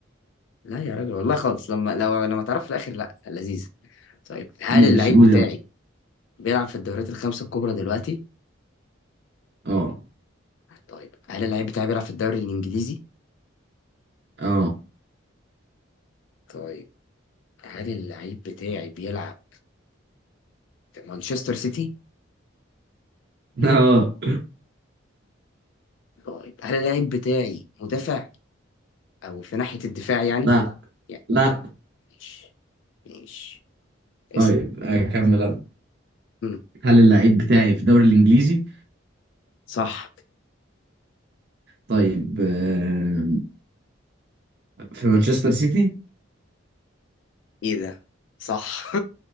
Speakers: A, on the left; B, on the right.
A: لا يا راجل والله خالص لما لو لما تعرف في الاخر لا لذيذ طيب هل
B: ماشي
A: اللعيب
B: قول
A: بتاعي
B: يلا
A: بيلعب في الدوريات الخمسه الكبرى دلوقتي
B: اه
A: طيب هل اللعيب بتاعي بيلعب في الدوري الانجليزي
B: اه
A: طيب هل اللعيب بتاعي بيلعب في مانشستر سيتي
B: <laughs> اه
A: طيب هل اللعيب بتاعي مدافع او في ناحية الدفاع يعني
B: لا
A: يعني
B: لا
A: ماشي ماشي
B: طيب
A: اسأل
B: اكمل انا
A: مم.
B: هل اللعيب بتاعي في الدوري الانجليزي
A: صح
B: طيب آه، في مانشستر سيتي
A: ايه ده صح